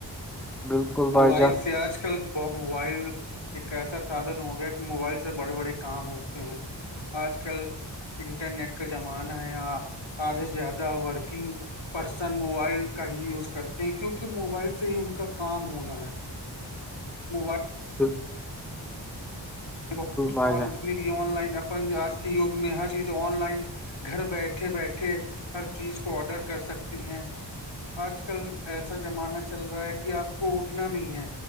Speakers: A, in the centre; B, on the left.
A: بالکل
B: موبائل
A: بھائی جان
B: سے آج کل کل موبائل ایک ایسا سادن ہو گیا کہ موبائل سے بڑے بڑے کام ہوتے ہیں آج کل انٹرنیٹ کا زمانہ ہے آدھے سے زیادہ ورکنگ پرسن موبائل کا ہی یوز کرتے ہیں کیونکہ موبائل سے ہی ان کا کام ہونا ہے موبائل
A: ہاں <unintelligible>
B: جتنے
A: بھائی جان
B: بھی آن لائن اپن آج کے یگ میں ہر چیز آن لائن گھر بیٹھے بیٹھے ہر چیز کو آڈر کر سکتی ہیں آج کل ایسا زمانہ چل رہا ہے کہ آپ کو اٹھنا نہیں ہے